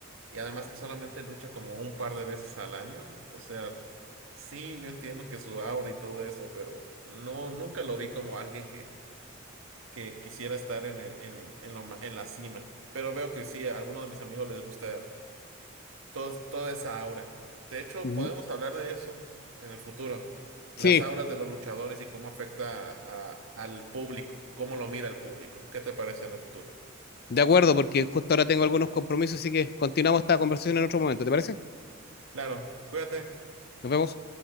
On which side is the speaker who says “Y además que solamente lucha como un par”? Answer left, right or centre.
Right